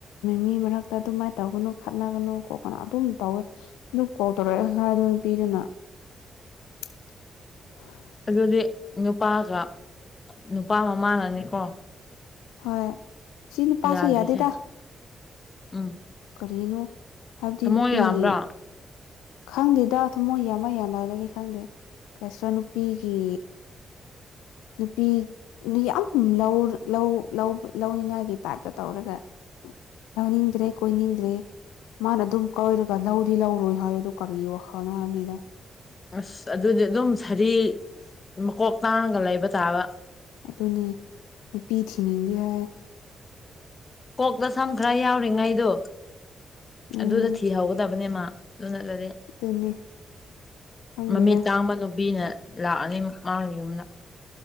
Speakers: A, on the left (about 85°); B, on the left (about 40°).
A: ꯃꯤ ꯃꯔꯛꯇ ꯑꯗꯨꯃꯥꯏꯅ ꯇꯧꯒꯅꯨ ꯈꯠꯅꯒꯅꯨ ꯈꯣꯠꯀꯅꯨ ꯑꯗꯨꯝ ꯇꯧꯋꯦ ꯑꯗꯨꯝ ꯀꯣꯜ ꯇꯧꯔꯛꯑꯦ ꯍꯥꯏ ꯑꯗꯨ ꯅꯨꯄꯤꯗꯨꯅ <inaudible>
B: ꯑꯗꯨꯗꯤ ꯅꯨꯄꯥꯒ ꯅꯨꯄꯥ ꯃꯃꯥꯅꯅꯦꯀꯣ
A: ꯍꯣꯏ ꯁꯤ ꯅꯨꯄꯥꯁꯨ
B: ꯌꯥꯗ꯭ꯔꯤꯁꯦ
A: ꯌꯥꯗꯦꯗ
B: ꯎꯝ
A: ꯀꯔꯤꯅꯣ ꯍꯥꯏꯕꯗꯤ
B: ꯊꯃꯣꯏ
A: ꯅꯨꯄꯤꯒꯤ
B: ꯌꯥꯝꯕ꯭ꯔꯥ
A: ꯈꯪꯗꯦꯗ ꯊꯃꯣꯏ ꯌꯥꯝꯕ ꯌꯝꯗꯕꯗꯨꯗꯤ ꯈꯪꯗꯦ ꯀ꯭ꯔꯤ ꯍꯥꯏꯁꯤꯔꯥ ꯅꯨꯄꯤꯒꯤ ꯅꯨꯄꯤ ꯗꯤ ꯌꯥꯝ ꯂꯧ ꯂꯧ ꯂꯧ ꯂꯧꯅꯤꯡꯉꯥꯏꯒꯤ ꯇꯥꯏꯞꯇ ꯇꯧꯔꯒ ꯂꯧꯅꯤꯡꯗ꯭ꯔꯦ ꯀꯣꯏꯅꯤꯡꯗ꯭ꯔꯦ ꯃꯥꯅ ꯑꯗꯨꯝ ꯀꯣꯏꯔꯒ ꯂꯧꯗꯤ ꯂꯧꯔꯣꯏ ꯍꯥꯏ ꯑ ꯀꯔꯤ ꯋꯥꯈꯜꯅꯣ ꯍꯥꯏꯝꯅꯤꯗ
B: ꯑꯁ ꯑꯗꯨꯗꯤ ꯑꯗꯨꯝ ꯁꯥꯔꯤ ꯃꯀꯣꯛ ꯇꯥꯡꯉꯒ ꯂꯩꯕ ꯇꯥꯕ
A: ꯑꯗꯨꯅꯦ ꯅꯨꯄꯤ ꯊꯤꯅꯤꯡꯗꯦ ꯍꯥꯏꯌꯦ
B: ꯀꯣꯛꯇ ꯁꯝ ꯈꯔ ꯌꯥꯎꯔꯤꯉꯩꯗꯣ
A: ꯎꯝ
B: ꯑꯗꯨꯗ ꯊꯤꯍꯧꯒꯗꯕꯅꯦ ꯃꯥ ꯑꯗꯨꯨꯅꯠꯂꯗꯤ <unintelligible>
A: ꯑꯗꯨꯅꯦ ꯈꯪꯗꯦꯗ
B: ꯃꯃꯤꯠ ꯇꯥꯡꯕ ꯅꯨꯄꯤꯅ ꯂꯥꯛꯑꯅꯤꯨꯛ <unintelligible> ꯃꯥꯡꯉꯤ <unintelligible> ꯌꯨꯝꯅ